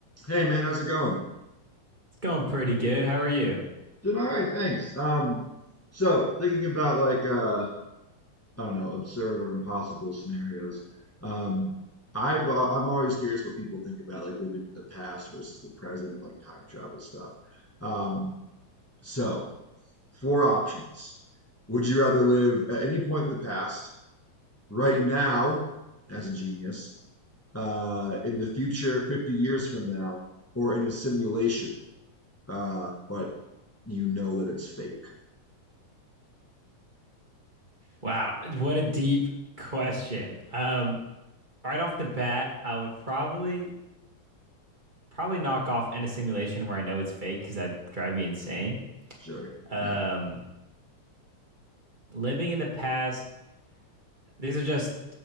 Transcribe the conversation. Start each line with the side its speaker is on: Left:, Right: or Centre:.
Left: Hey man, how's it going?
Right: It's going pretty good. How are you?
Left: Doing all right, thanks. Um, so thinking about like uh, I don't know, absurd or impossible scenarios. Um, I've uh, I'm always curious what people think about like living in the past versus the present and like time travel stuff. Um, so four options. Would you rather live at any point in the past, right now, as a genius, uh, in the future, 50 years from now, or in a simulation, uh, but you know that it's fake?
Right: Wow, what a deep question. Um, right off the bat, I would probably probably knock off in a simulation where I know it's fake because that drive me insane.
Left: Sure.
Right: Um,
Left: Yeah.
Right: living in the past, these are just